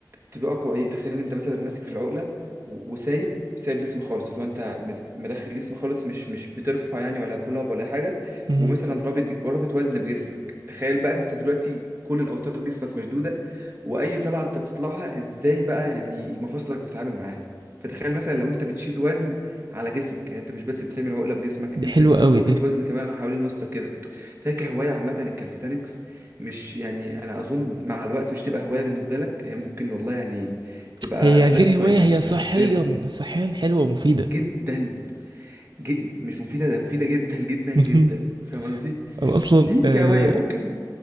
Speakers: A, on the right; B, on the right.
A: تبقى اقوى ايه تخيل انت مثلا ماسك في العقله و- وسايب سايب جسم خالص اللي هو انت مس- مرخي جسم خالص مش مش بترفع يعني ولا بول اب ولا اي حاجه
B: مهم.
A: ومثلا رابط ج- رابط وزن بجسمك تخيل بقى انت دلوقتي كل الاوتار جسمك مشدوده واي طلعه انت بتطلعها ازاي بقى يعني مفاصلك بتتعامل معاها فتخيل مثلا لو انت بتشيل وزن على جسمك يعني انت مش بس بتعمل عقله بجسمك
B: دي
A: انت
B: حلوه قوي
A: رابط
B: دي
A: وزن كمان حوالين وسطك كده فاكر هوايه عامه الكاليستانكس مش يعني انا اظن مع الوقت مش تبقى هوايه بالنسبه لك هي ممكن والله يعني تبقى
B: هي غير
A: لايف ستايل
B: هوايه
A: يعني
B: هي
A: انت
B: صحيا
A: حرفيا
B: صحيا حلوه ومفيده
A: جدا جد مش مفيده ده مفيده جدا جدا
B: <laughs> مهم.
A: جدا فاهم قصدي
B: انا اصلا
A: دي
B: آه،
A: كهوايه ممكن